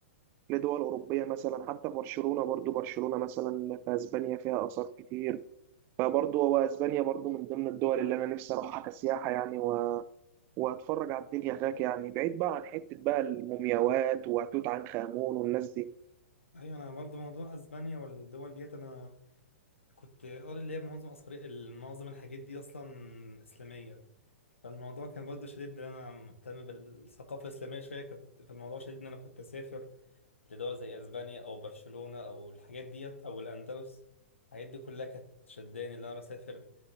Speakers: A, on the right; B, on the left.
A: لدول أوروبية مثلا حتى برشلونة برضو برشلونة مثلا في أسبانيا فيها آثار كتير فبرضو هو أسبانيا برضو من ضمن الدول اللي أنا نفسي أروحها كسياحة يعني واتفرج على الدنيا هناك يعني بعيد بقى عن حتة بقى المومياوات وتوت عنخ آمون والناس دي
B: ايوه انا برضو موضوع اسبانيا والدول ديت انا كنت قاري اللي هي معظم اثار معظم الحاجات دي اصلا اسلاميه فالموضوع كان برضو شديد ان انا مهتم بالثقافه الاسلاميه شويه كنت فالموضوع شديد ان انا كنت اسافر لدول زي اسبانيا او برشلونه او الحاجات ديت او الاندلس الحاجات دي كلها كانت شداني ان انا اسافر